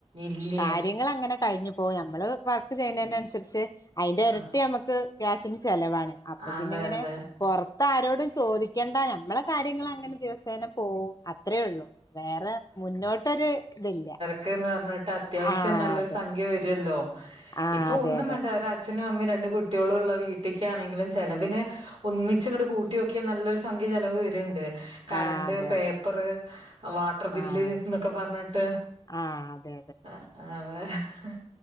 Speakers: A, on the right (about 55°); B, on the left (about 30°).
A: ഇല്ല
B: കാര്യങ്ങളങ്ങനെ കഴിഞ്ഞു പോയി ഞമ്മള് വർക്ക് ചെയ്യുന്നതിനനുസരിച്ച് അതിന്റെ എരട്ടി
A: ആ
B: നമ്മക്ക് ഗ്യാസിന് ചെലവാണ് അപ്പൊ
A: അതെ
B: പിന്നെ ഇങ്ങനെ
A: അതെ
B: പോറത്താരോടും ചോദിക്കണ്ട ഞമ്മളെ കാര്യങ്ങളങ്ങനെ ദിവസേന പോവും അത്രേയൊള്ളൂ. വേറെ മുന്നോട്ടൊരു ഇതില്ല.
A: ക്ക്ന്ന് പറഞ്ഞിട്ട് അത്യാവിശ്യം
B: ആഹ്
A: നല്ലൊരു
B: അതെ
A: സംഖ്യ വരല്ലോ.
B: ആഹ്
A: ഇപ്പൊ
B: അതെ
A: ഒന്നും
B: അതെ
A: വേണ്ട ഒരച്ഛനും അമ്മയും രണ്ട് കുട്ടികളും ഉള്ള വീട്ടിലിക്കാണെങ്കിലും ചെലവിന് ഒന്നിച്ചങ്ങട് കൂട്ടി നോക്കിയാ നല്ലൊരു സംഖ്യ ചെലവ് വര്ണ്ട്. കറണ്ട്,
B: ആഹ് അതെ
A: പേപ്പറ്
B: അതെ
A: വാട്ടർ ബില്ല്
B: ആഹ്
A: എന്നൊക്കെ പറഞ്ഞിട്ട്
B: ആഹ് അതെ
A: <inaudible>